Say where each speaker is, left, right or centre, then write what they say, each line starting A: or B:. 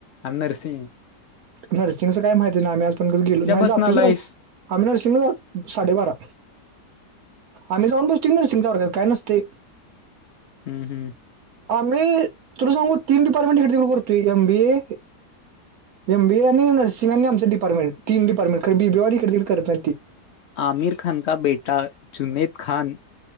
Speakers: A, on the left (about 85°); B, on the right (about 65°).
A: अं. नसिंग
B: नर्सिंगचं काय माहिती आहे नाही आम्ही आज पण कधी गेलो, नाही
A: बसन
B: जातोय
A: आलायस
B: त आम्ही नर्सिंगला साडेबारा. आम्ही जाऊन बसतय कि नरसिंगच्या वर्गात, काय नसतय.
A: हम्म हम्म.
B: आम्ही तुला सांगू तीन डिपार्टमेंट करतोय M B A M BA आणि नर्सिंग आणि आमच डिपार्टमेंट, तीन डिपार्टमेंट बी बी ए वाले इकडतिकड करत नाही ते.
A: आमिर खान का बेटा जुनेद खान